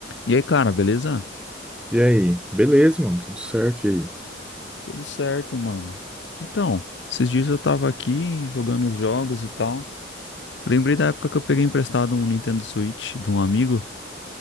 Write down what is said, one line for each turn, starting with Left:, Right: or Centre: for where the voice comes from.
Left: E aí, cara, beleza?
Centre: E aí? Beleza, mano, tudo certo. E aí?
Left: Tudo certo, mano. Então, esses dias eu tava aqui jogando uns jogos e tal. Lembrei da época que eu peguei emprestado um Nintendo Switch de um amigo.